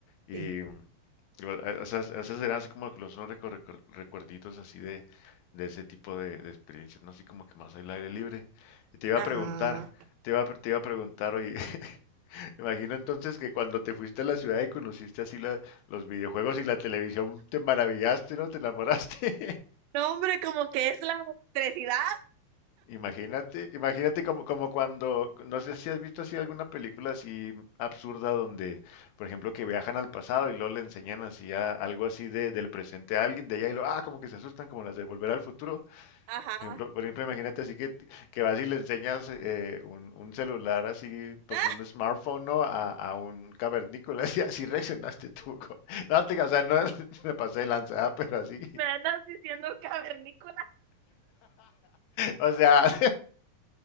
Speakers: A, on the left (about 85°); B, on the right (about 85°).
A: Y
B: sí.
A: mm, igual, a- esas, esas eran así como que los unos recu- recu- recuerditos así de, de ese tipo de, de experiencias, ¿no? Así como que más al aire libre. Y te iba
B: Ajá.
A: a preguntar, te iba a, pre- te iba a preguntar, oye, <laughs> imagino entonces que cuando te fuiste a la ciudad y conociste así la- los videojuegos y la televisión, te maravillaste, ¿no? Te enamoraste.
B: No, hombre, como que es la electricidad.
A: Imagínate, imagínate como, como cuando, no sé si has visto así alguna película así absurda donde, por ejemplo, que viajan al pasado y luego le enseñan así a- algo así de, del presente a alguien de allá y lo, ah, como que se asustan como las de Volver al Futuro.
B: Ajá.
A: Por ejemplo, por ejemplo, imagínate así que, que vas y le enseñas eh, un, un celular así, pues
B: <laughs>
A: un smartphone, ¿no? A, a un cavernícola, <laughs> así, así reaccionaste tú. co- <laughs> No, te, o sea, no <laughs> me pasé de lanzada, pero así.
B: Me andas diciendo cavernícola.
A: <laughs> O sea,